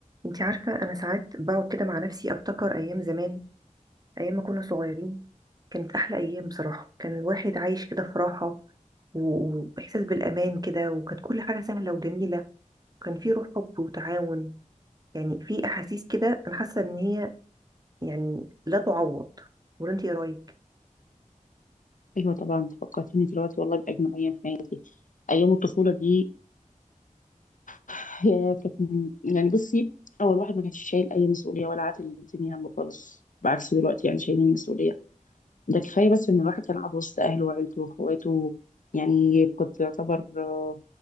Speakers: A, on the right (about 30°); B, on the left (about 75°).
A: انتي عارفة انا ساعات بقعد كده مع نفسي افتكر ايام زمان ايام ما كنا صغيرين كانت احلى ايام بصراحة كان الواحد عايش كده في راحة و- واحساس بالامان كده وكانت كل حاجة سهلة وجميلة وكان في روح حب وتعاون يعني في احاسيس كده انا حاسة ان هي يعني لا تعوض ولا انتي ايه رايك
B: ايوه طبعا انت فكرتيني دلوقتي والله باجمل ايام حياتي ايام الطفوله دي <laughs> يا كانت يعني بصي اول واحد ما كانش شايل اي مسؤوليه ولا عاتل الدنيا همه خالص بعكس دلوقتي يعني شايلين مسؤوليه ده كفايه بس ان الواحد كان قاعد وسط اهله وعيلته واخواته يعني كنت يعتبر آه،